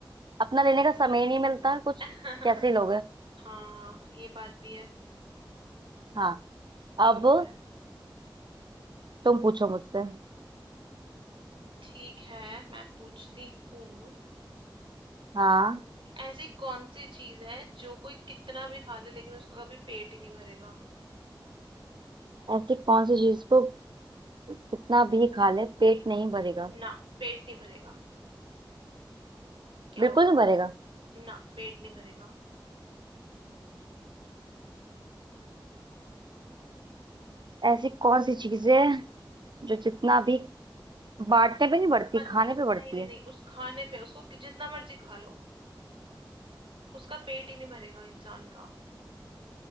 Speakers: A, on the right (about 65°); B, on the right (about 80°).
A: अपना लेने
B: सही
A: का समय ही नहीं मिलता है कुछ
B: <laughs>
A: कैसे लोग हैं
B: हाँ ये बात भी है
A: हाँ
B: ये
A: अब
B: तो है
A: तुम पूछो मुझसे
B: ठीक है मैं पूछती हूँ
A: हाँ
B: हम्म, ऐसी कौन सी चीज है जो कोई कितना भी खा ले लेकिन उसका कभी पेट ही नहीं भरेगा
A: ऐसी कौन सी चीज को कितना भी खा ले पेट नहीं भरेगा
B: ना पेट नहीं भरेगा क्या
A: बिल्कुल
B: होगा
A: नहीं भरेगा
B: ना पेट नहीं भरेगा
A: ऐसी कौन सी चीज है जो जितना भी बांटने पे नहीं बढ़ती
B: मत
A: खाने पे बढ़ती
B: नहीं नहीं
A: है
B: नहीं उस खाने पे उसको कि- जितना मर्जी खा लो उसका पेट ही नहीं भरेगा इंसान का